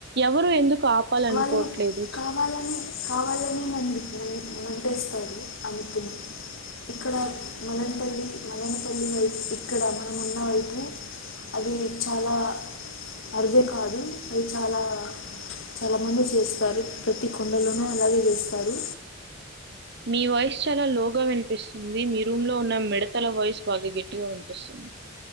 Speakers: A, on the right; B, on the left.
A: ఎవరు ఎందుకు కాపాలనుకోట్లే
B: వాళ్ళు
A: లేదు
B: కావాలని కావాలని మండి మం- మంటేస్తారు అనుకుని ఇక్కడ మలనపల్లి మలనపల్లి వైప్ ఇక్కడ మనమున్న వైపు అది చాలా అరుదే కాదు అది చాలా చాలా మంది చేస్తారు ప్రతి కొండలోనూ అలాగే చేస్తారు
A: మీ వాయిస్ చాలా లోగా వినిపిస్తుంది మీ రూమ్ లో ఉన్న మిడతల వాయిస్ బాగా గెట్టిగా గా వినిపిస్తుంది